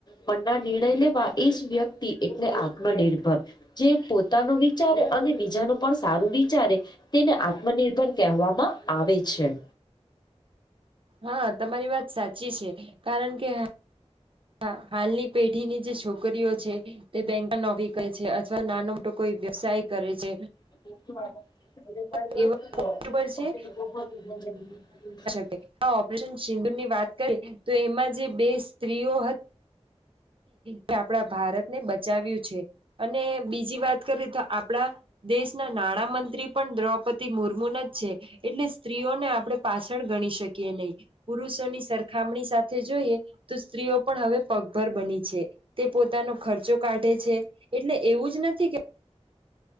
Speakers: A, on the left; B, on the right.
A: મનના નિર્ણય લેવા. એ જ વ્યક્તિ એટલે આત્મનિર્ભર. જે પોતાનું વિચારે, અને બીજાનું પણ સારું વિચારે. તેને. આત્મનિર્ભર કહેવામાં આવે છે.
B: હા! તમારી વાત સાચી છે. કારણ કે, હા! હાલની પીઢીની જે છોકરીઓ છે, તે બેંક નો. કહે છે. અથવા નાનો મોટો કોઈ વ્યવસાય કરે છે.
A: <unintelligible>
B: એ વસ્તુ પર છે હા! ઓપરેશન સિંદુરની વાત કરી, તો એમાં જે બે સ્ત્રીઓ. કે આપણા ભારત ને બચાવ્યું છે. અને બીજી વાત કરીએ તો, આપડા દેશના. નાણાં મંત્રી પણ દ્રૌપદી મુર્મુ ના જ છે. એટલે સ્ત્રીઓને આપડણે પાછળ ગણી શકીએ નહી. પુરુષોની સરખામણી સાથે જોઈએ, તો સ્ત્રીઓ પણ હવે પગ. ર બની છે તે પોતાનો ખર્ચો કાઢે છે. એટલે એવું જ નથી કે.